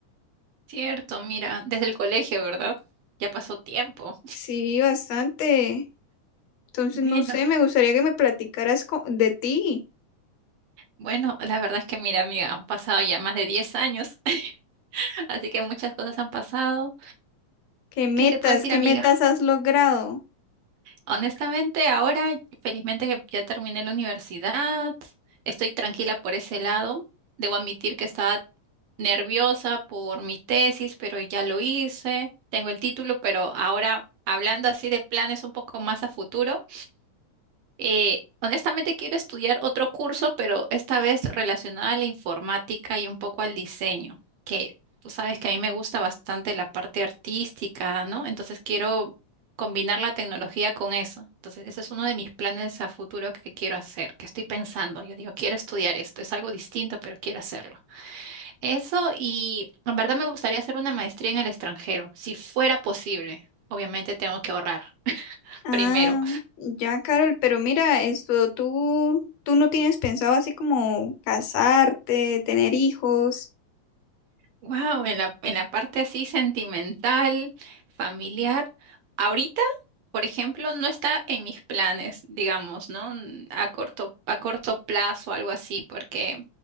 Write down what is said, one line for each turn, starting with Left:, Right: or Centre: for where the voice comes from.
Right: Cierto, mira, desde el colegio, ¿verdad? Ya pasó tiempo.
Left: Sí, bastante. Entonces,
Right: Bueno,
Left: no sé, me gustaría que me platicaras co- de ti.
Right: bueno, la verdad es que mira, amiga, han pasado ya más de 10 años, <laughs> así que muchas cosas han pasado.
Left: ¿Qué metas,
Right: ¿Qué te puedo decir,
Left: qué
Right: amiga?
Left: metas has logrado?
Right: Honestamente, ahora felizmente que ya terminé la universidad, estoy tranquila por ese lado. Debo admitir que estaba nerviosa por mi tesis, pero ya lo hice, tengo el título, pero ahora hablando así de planes un poco más a futuro. Eh, honestamente quiero estudiar otro curso, pero esta vez relacionado a la informática y un poco al diseño, que tú sabes que a mí me gusta bastante la parte artística, ¿no? Entonces quiero combinar la tecnología con eso. Entonces, ese es uno de mis planes a futuro que quiero hacer, que estoy pensando. Yo digo, quiero estudiar esto, es algo distinto, pero quiero hacerlo. Eso y en verdad me gustaría hacer una maestría en el extranjero, si fuera posible. Obviamente tengo que ahorrar
Left: Ah,
Right: primero.
Left: ya, Carol, pero mira, esto, tú, tú no tienes pensado así como casarte, tener hijos,
Right: Wow, en la, en la parte así sentimental, familiar, ahorita, por ejemplo, no está en mis planes, digamos, ¿no? Mm, A corto, a corto plazo, algo así, porque